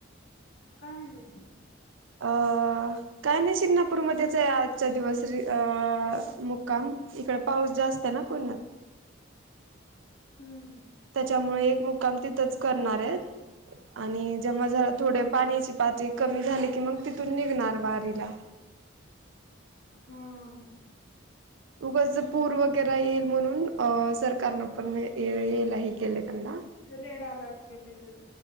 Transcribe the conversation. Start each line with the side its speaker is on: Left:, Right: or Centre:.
Left: काय म्हणले
Right: अ काय नाही शिंगणापूरमध्येच आहे आजच्या दिवस र अ मुक्काम इकड पाऊस जास्त आहे ना पुण्यात
Left: हम्म हम
Right: त्याच्यामुळे एक मुक्काम तिथंच करणार आहे आणि जेव्हा जरा थोडे
Left: हम्म
Right: पाण्याची पातळी कमी झाली की मग तिथून निघणार वारीला
Left: हम
Right: उगाच पूर वगैरे येईल म्हणून अ सरकारनं पण येल हे केले त्यांना
Left: रेड अलर्ट केले तल